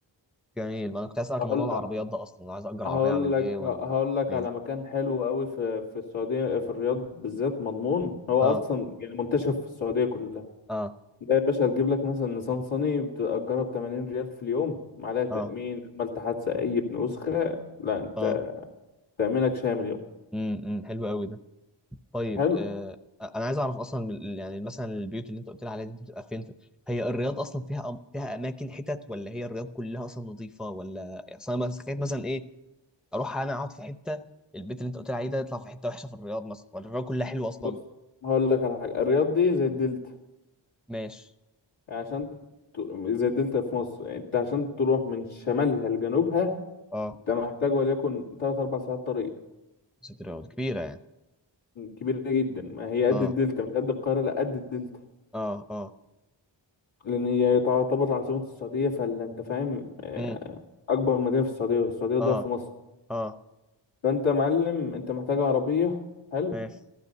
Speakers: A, in the centre; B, on the left (about 80°).
A: جميل ما انا كنت اسالك
B: هقول
A: عن موضوع العربيات ده اصلا لو عايز اجر
B: هقول
A: عربيه اعمل
B: لك
A: ايه ولا
B: هقول لك
A: إيه؟
B: على مكان حلو قوي في في السعودية في الرياض بالذات مضمون هو
A: اه
B: أصلا يعني منتشر في السعودية كلها
A: اه
B: لا يا باشا هتجيب لك مثلا نيسان صني بتأجرها ب 80 ريال في اليوم معلها تأمين
A: اه
B: عملت حادثة أي بنسخة لا أنت
A: اه
B: تأمينك شامل يوم
A: امم أمم. حلو قوي ده طيب
B: حلو
A: آه انا عايز اعرف اصلا من ال- يعني مثلا البيوت اللي انت قلت لي عليها دي بتبقى فين في... هي الرياض اصلا فيها أم... فيها اماكن حتت ولا هي الرياض كلها اصلا نظيفه ولا يعني اصلا انا تخيل مثلا ايه اروح انا اقعد في حته البيت اللي انت قلت لي عليه ده يطلع في حته وحشه في الرياض مثلا ولا الرياض كلها حلوه اصلا
B: بص هقول لك على حاجة الرياض دي زي الدلتا
A: ماشي
B: يعني عشان ت- زي الدلتا في مصر يعني أنت عشان تروح من شمالها لجنوبها
A: اه
B: أنت محتاج وليكن تلات أربع ساعات طريق
A: مسافه الرياض كبيره يعني
B: كبيرة جدا ما هي قد
A: اه
B: الدلتا مش قد القاهرة لا قد الدلتا
A: اه اه
B: لأن هي تعتبر عاصمة السعودية فلا أنت فاهم آه،
A: امم
B: أكبر مدينة في السعودية والسعودية ضعف
A: اه
B: مصر
A: اه
B: فانت معلم انت محتاج عربيه حلو
A: ماشي